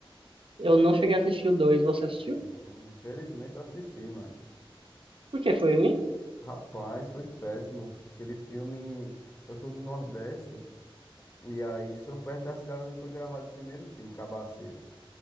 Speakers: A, on the right (about 70°); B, on the left (about 25°).
A: eu não cheguei a assistir o dois, você
B: Assisti
A: assistiu?
B: o dois. Infelizmente eu assisti, mano.
A: Por que foi ruim?
B: Rapaz, foi péssimo. Aquele filme. Eu sou do Nordeste. E aí sou perto da cidade onde foi gravado o primeiro filme, Cabaceira.